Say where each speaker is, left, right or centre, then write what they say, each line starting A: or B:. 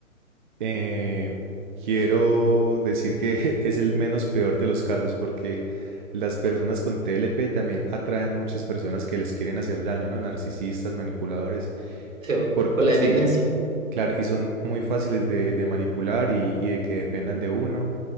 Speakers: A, on the right (about 35°); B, on the right (about 70°).
A: eh, quiero decir que <laughs> es el menos peor de los casos porque las personas con TLP también atraen muchas personas que les quieren hacer daño, ¿no? Narcisistas, manipuladores.
B: Sí, po,
A: Por,
B: por la
A: sí,
B: dependencia.
A: Claro, y son muy fáciles de, de manipular y, y de que dependan de uno,